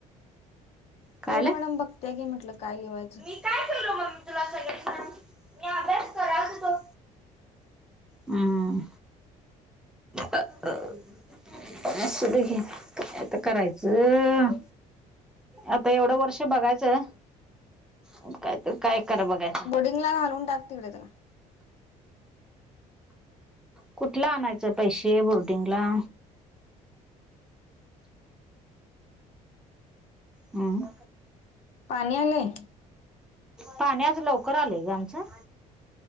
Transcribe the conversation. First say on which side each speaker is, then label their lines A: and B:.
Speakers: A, in the centre; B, on the left (about 50°).
A: कायलं
B: हेड मॅडम बघत्या घे म्हटलं काय लिवायच?
A: मी काय केलो मम्मी तुला सगळ, मी अभ्यास करालतो. हम्म. पन्नास रुपये घे आता काय करायचं? आता एवढं वर्ष बघायचं, मग तर काय करा बघा
B: बोर्डिंगला घालून टाक तिकडे त्याला.
A: कुठल आणायचं पैसे बोर्डिंगला? हम्म.
B: पाणी आलय?
A: पाणी आज लवकर आलय ग आमचं.